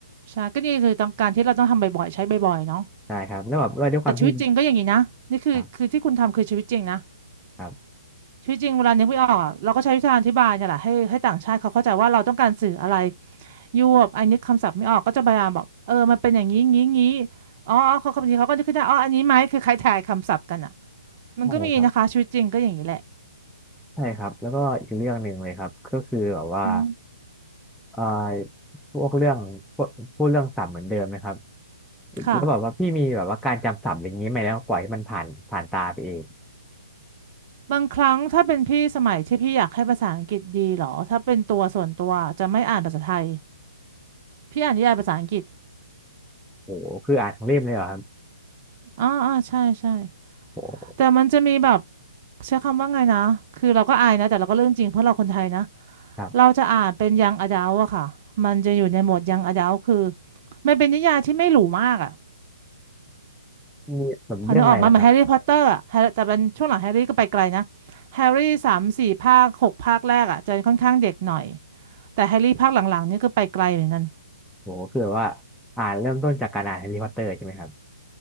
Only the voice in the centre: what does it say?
ใช่ครับแล้วแบบว่าด้วยความที่
ครับครับ
ใช่ครับใช่ครับแล้วก็อีกเรื่องหนึ่งเลยครับก็คือแบบว่า
เอ่อพวกเรื่องพวกพูดเรื่องศัพท์เหมือนเดิมไหมครับ
แล้วแบบว่าพี่มีแบบว่าการจำศัพท์อย่างนี้ไหมแล้วปล่อยให้มันผ่านผ่านตาไปเอง
โอ้โหคืออ่านทั้งเล่มเลยเหรอครับ
โอ้โห
ครับ
มีแบบเรื่องอะไรนะครับ
โอ้โหคือแบบว่าอ่านเริ่มต้นจากการอ่านแฮร์รี่พอตเตอร์ใช่ไหมครับ